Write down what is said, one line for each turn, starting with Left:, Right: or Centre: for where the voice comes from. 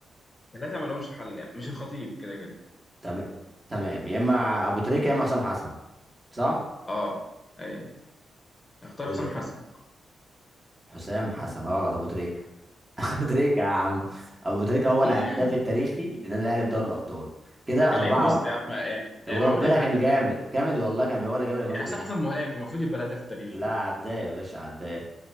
Left: ثلاثة ما لهمش حل يعني. مش الخطيب كده كده
Right: تمام تمام يا اما ابو تريكه يا اما حسام حسن صح
Left: اه ايوه اختار
Right: قول
Left: حسام
Right: لي
Left: حسن
Right: تاني حسام حسن غلط ابو تريكه <laughs> ابو تريكه يا عم ابو تريكه هو الهداف
Left: <laughs>
Right: التاريخي للنادي الاهلي في دوري الابطال كده
Left: كان
Right: اربعه
Left: لعيب وسط
Right: واحد
Left: يا عم يعني يعني
Right: وربنا
Left: معقول يبقى
Right: كان
Left: هداف
Right: جامد
Left: تاريخي
Right: جامد والله كان هو اللي جاب الاجوان
Left: يعني
Right: كلها
Left: حسام حسن مهاجم المفروض يبقى الهداف التاريخي
Right: لا
Left: يعني.
Right: عداه يا باشا عداه